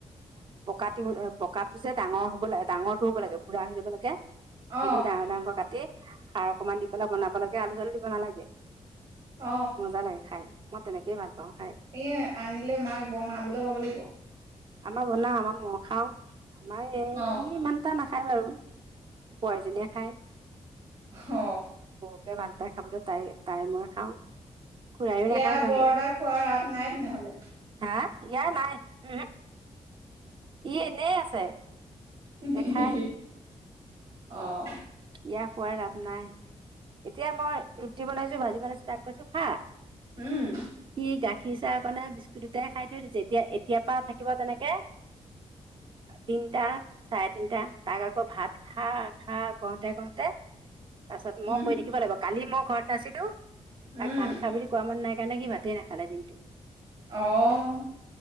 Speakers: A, on the right (about 40°); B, on the right (about 60°).
A: কাতিবলে পকাটো যে ডাঙৰ হব লাগে ডাঙৰটো হব লাগে বুঢ়া হৈ যাব লাগে
B: অ
A: সেইটো ডাঙৰ ডাঙৰকৈ কাটি সাৰ অকনমান দি পেলাই বনাব লাগে আলু চালু দিব নালাগে
B: অ
A: মজা লাগে খাই মই তেনেকেই ভাল পাওঁ খাই।
B: এ আনিলে মাক বনাবলৈ ক'ব লাগিব
A: আমাৰ বনাও আমাৰ মই খাও আমাৰ এই
B: অ
A: ইমানটা নাখা খাই বাৰু পোৱালি জনীয়ে খায়
B: হঅ
A: বৌকে ভাল পাই খাবলৈ তাই তাই মই খাওঁ খুৰায়ো
B: এয়া
A: নাখায় ভালদৰে
B: বৰ এটা খোৱাৰ ৰাপ নাই তেনেহলে
A: হা ইয়াৰ নাই উহু ইহ এনেই আছে
B: উহু
A: নাখায়
B: উহু উহু অহ
A: ইয়াৰ খোৱাৰ ৰাপ নাই এতিয়া মই ৰুটি বনাইছো ভাজি বনাইছো তাক কৈছো খা
B: উম
A: সি গাখীৰ চাহ অকণে বিস্কুট দুটাই খাই থৈ দিছে এতিয়া এতিয়াৰ পৰা থাকিব তেনেকে তিনিটা চাৰে তিনিটা তাক আকৌ ভাত খা খা কওঁতে কওঁতে তাৰ পাছত মই
B: উম,
A: কৰি থাকিব লাগিব কালি মই ঘৰত নাছিলো তাক
B: উম।
A: ভাত খাই বুলি কোৱা মানুহ নাই তেনেকে ভাতেই নাখালে দিনটো।
B: অ'।